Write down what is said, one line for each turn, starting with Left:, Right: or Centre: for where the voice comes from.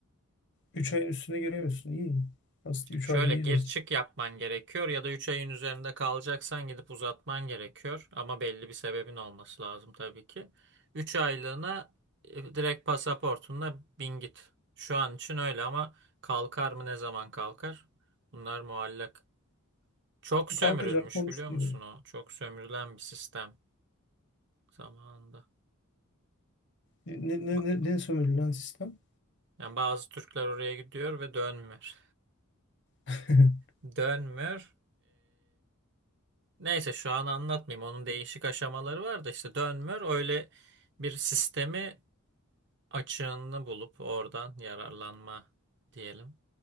Left: 3 ayın üstüne giremiyorsun. İyi. Aslında üç
Right: Şöyle
Left: ay ayda iyi
Right: gir
Left: vakit.
Right: çık yapman gerekiyor ya da 3 ayın üzerinde kalacaksan gidip uzatman gerekiyor. Ama belli bir sebebin olması lazım tabii ki. 3 aylığına e, direkt pasaportunla bin git. Şu an için öyle ama kalkar mı ne zaman kalkar? Bunlar muallak. Çok sömürülmüş
Left: Kalkacak konuşuluyor.
Right: biliyor musun o? Çok sömürülen bir sistem zamanında.
Left: Ne, ne,
Right: Ba-
Left: ne, ne sömürü lan sistem?
Right: Yani bazı Türkler oraya gidiyor ve dönmüyor.
Left: <laughs>
Right: <laughs> Dönmüyor. Neyse şu an anlatmayayım. Onun değişik aşamaları var da işte dönmür öyle bir sistemi açığını bulup oradan yararlanma diyelim.